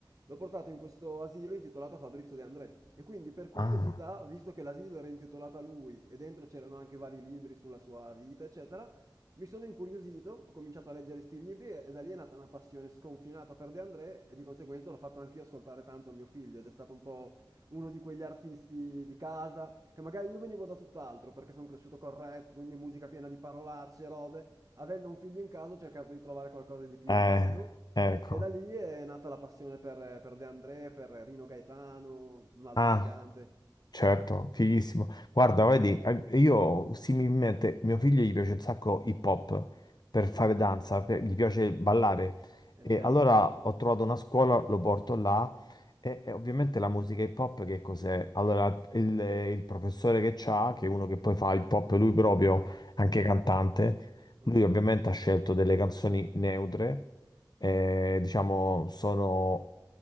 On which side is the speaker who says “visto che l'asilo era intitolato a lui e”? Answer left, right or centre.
Right